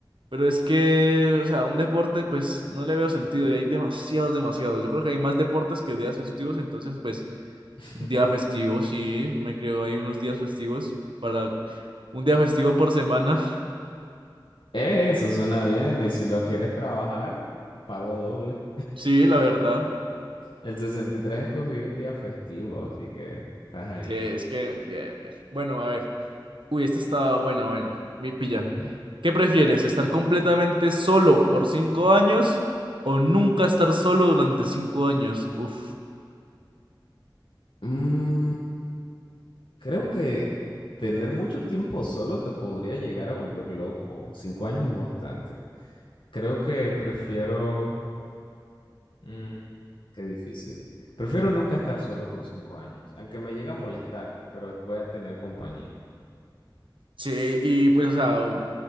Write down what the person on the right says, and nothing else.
Pero es que, o sea, un deporte, pues no le veo sentido y hay demasiados, demasiados. Yo creo que hay más deportes que días festivos, entonces, pues
Un día festivo, sí, me creo ahí unos días festivos para un día festivo por semana. <laughs>
Sí, la verdad.
Sí, es que, bien, bien. Bueno, a ver. Uy, esta está buena, buena. Mi pilla.
¿Qué prefieres? ¿Estar completamente solo por cinco años o nunca estar solo durante cinco años? Uf.
Sí, y pues, o sea, o-